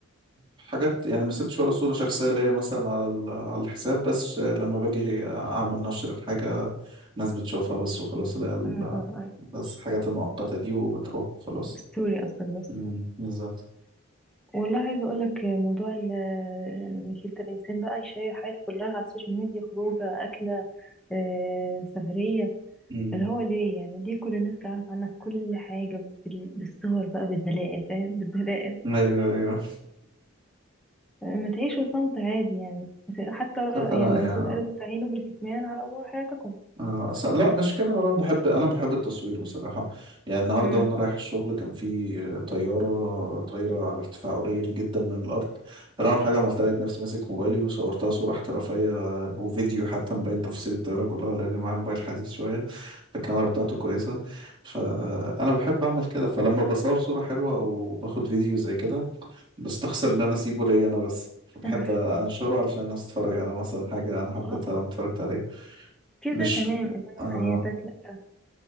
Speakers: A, on the right; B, in the centre.
A: حاجات يعني ما سبتش ولا صورة شخصية ليا مثلا على ال- على الحساب بس لما باجي اعمل نشر الحاجة الناس بتشوفها بس وخلاص اللي هي ال-
B: آه، آه.
A: بس الحاجات المؤقتة دي وبتروح خلاص
B: ستوري قصدك بس
A: مم، بالظبط
B: والله عايزه اقول لك موضوع ال- ان كلتا الانسان بقى يشير حياته كلها على السوشيال ميديا خروجه اكله آه، سفريه
A: مم.
B: اللي هو ليه يعني ليه كل الناس تعرف عنك كل حاجه بال- بالصور بقى بالدلائل فاهم <laughs> بالدلائل
A: ايوه ايوه
B: آه، ما تعيشوا صمت عادي يعني حتى ر-
A: شوف انا
B: يعني الرسول
A: يعني
B: قال استعينوا بالكتمان على امور حياتكم
A: آه، أصلا لا مش كده ولا أنا بحب أنا بحب التصوير بصراحة يعني النهاردة
B: مم.
A: وأنا رايح الشغل كان في آه، طيارة طايرة على ارتفاع قليل جدا من الأرض فأنا أول حاجة عملتها لقيت نفسي ماسك موبايلي وصورتها صورة احترافية آه، وفيديو حتى مبين تفاصيل الطيارة كلها لأن معايا موبايل حديث شوية فالكاميرا بتاعته كويسة فأنا بحب أعمل كده فلما بصور صورة حلوة أو باخد فيديو زي كده بستخسر إن أنا أسيبه ليا أنا بس فبحب
B: <laughs>
A: أنشره علشان الناس تتفرج على مثلا حاجة أنا حبيتها
B: اه
A: لما اتفرجت عليها
B: كده
A: مش
B: تمام انما
A: آه،
B: حياتك لا